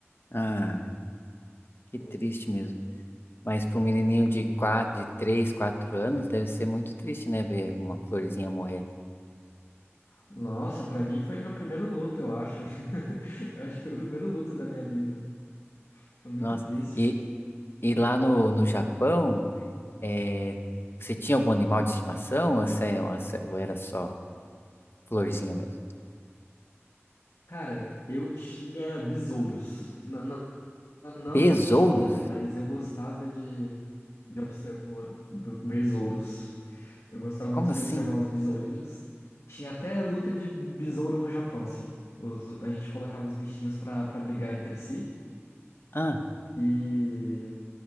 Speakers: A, on the left (about 55°); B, on the left (about 80°).
A: Ai, que triste mesmo. Mas para um menininho de quatro, de 3, 4 anos, deve ser muito triste, né? Ver uma florzinha morrer.
B: Nossa, pra mim foi meu primeiro luto, eu acho. <laughs> Eu acho que foi o primeiro luto da minha vida. Foi muito
A: Nossa,
B: triste.
A: e, e lá no, no Japão, eh, você tinha algum animal de estimação ou, você- ou você- ou era só florzinha mesmo?
B: Cara, eu tinha besouros. N- n- Não,
A: Besouros?
B: que eu tinha, né? Mas eu gostava de, de observar né? be- besouros. Eu gostava
A: Como
B: muito
A: assim?
B: de observar uns besourinhos. Tinha até luta de besouro no Japão, assim. Os- a gente colocava os bichinhos pra, pra brigar entre si.
A: Ah,
B: E